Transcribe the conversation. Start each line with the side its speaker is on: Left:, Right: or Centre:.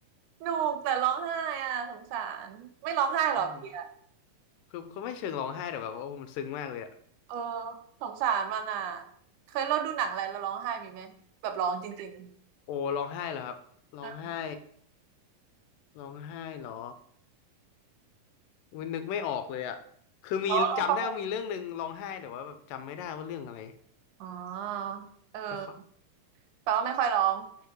Right: หนูกแต่ร้องไห้อ่ะสงสารไม่ร้องไห้หรอเปีย
Left: โอ้คือคือไม่เชิงร้องไห้แต่แบบว่าโอ้มันซึ้งมากเลยอะ
Right: เออสงสารมันอ่ะเคยเราดูหนังอะไรแล้วร้องไห้มีไหมแบบร้องจริง
Left: โอ้ร้องไห้เหรอครับร้องไห้
Right: ๆอ่ะ
Left: ร้องไห้เหรอ อุ๊ยนึกไม่ออกเลยอ่ะคือมีจำได้ว่ามีเรื่องหนึ่งร้องไห้แต่ว่าแบบจำไม่ได้ว่าเรื่องอะไร
Right: ร้องแล้วก็อ๋อเออ
Left: แต่เขอ
Right: แปลว่าไม่ค่อยร้อง